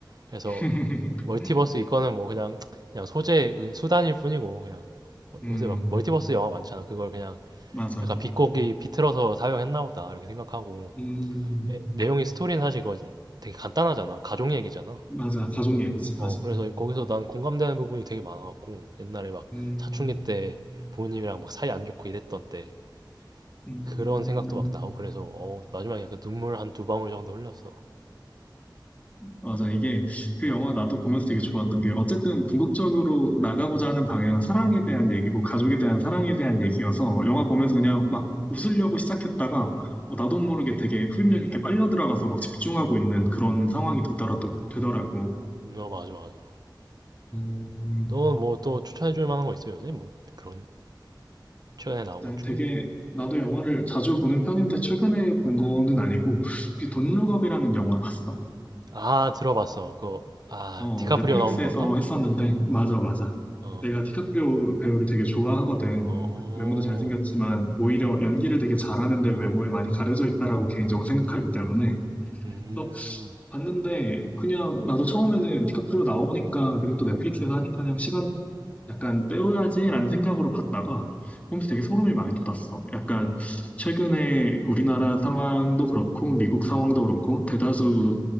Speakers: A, on the right; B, on the left.
A: 그래서
B: <laughs>
A: 멀티버스 이거는 뭐 그냥 그냥 소재 수단일 뿐이고 그냥 어,
B: 음,
A: 요새 막 멀티버스 영화 많잖아. 그걸 그냥
B: 맞아.
A: 약간 비꼬기 비틀어서 사용했나 보다 이렇게 생각하고
B: 음,
A: 예, 내용이 스토리는 사실 그거 되게 간단하잖아. 가족 얘기잖아.
B: 맞아. 가족 예비지
A: 어
B: 맞아.
A: 그래서 거기서 난 공감되는 부분이 되게 많아갖고 옛날에 막
B: 음,
A: 사춘기 때 부모님이랑 막 사이 안 좋고 이랬던 때
B: 음.
A: 그런 생각도 막 나고 그래서 어 마지막에 약간 눈물 한 두 방울 정도 흘렸어.
B: 맞아. 이게 그
A: 어,
B: 영화 나도 보면서 되게 좋았던 게 어쨌든 궁극적으로 나가고자 하는 방향은 사랑에 대한 얘기고 가족에 대한 사랑에 대한 얘기여서 영화 보면서 그냥 막 웃으려고 시작했다가
A: 음,
B: 어, 나도 모르게 되게 흡입력 있게 빨려 들어가서 막 집중하고 있는 그런 상황이 되더라도 되더라고.
A: 어 맞아 맞아.
B: 음,
A: 너 뭐 또 추천해줄 만한 거 있어 요새 뭐 그런 최근에 나온
B: 네,
A: 것 중에?
B: 되게 나도 영화를
A: 어.
B: 자주 보는 편인데 최근에 본 거는 아니고 혹시 돈룩업이라는 영화 봤어?
A: 아, 들어봤어. 그 아,
B: 어,
A: 디카프리오
B: 넷플릭스에서
A: 나오는 건가?
B: 했었는데, 맞아, 맞아.
A: 어,
B: 내가 디카프리오 배우를 되게 좋아하거든.
A: 어,
B: 외모도 잘생겼지만, 오히려
A: 음,
B: 연기를 되게 잘하는데 외모에 많이 가려져 있다라고 개인적으로 생각하기 때문에.
A: 음,
B: 그래서 봤는데, 그냥 나도 처음에는 디카프리오 나오니까, 그리고 또 넷플릭스에서 하니까 그냥 시간 약간 때워야지라는 생각으로 봤다가 보면서 되게 소름이 많이 돋았어. 약간
A: 음,
B: 최근에 우리나라 상황도 그렇고 미국 상황도 그렇고 대다수